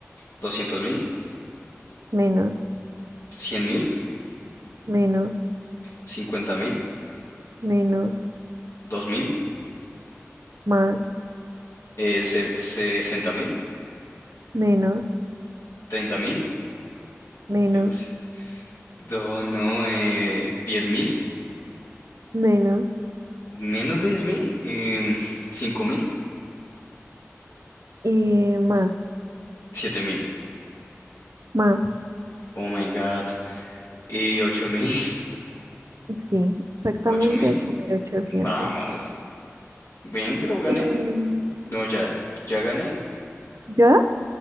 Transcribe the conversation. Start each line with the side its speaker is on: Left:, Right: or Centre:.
Left: doscientos mil,
Right: menos,
Left: cien mil,
Right: menos,
Left: cincuenta mil,
Right: menos,
Left: dos mil,
Right: más,
Left: eh, se- 60 mil,
Right: menos,
Left: 30 mil.
Right: menos,
Left: Dios. do no, eh, 10 mil.
Right: menos,
Left: Menos de 10.000, eh, cinco mil,
Right: eh, más,
Left: siete mil
Right: más.
Left: Oh my god. Y ocho mil
Right: Sí, exactamente
Left: <laughs> ocho mil.
Right: 8.800.
Left: Vamos. Bien, pero gané.
Right: Em,
Left: No, ya, ya gané.
Right: ¿ya?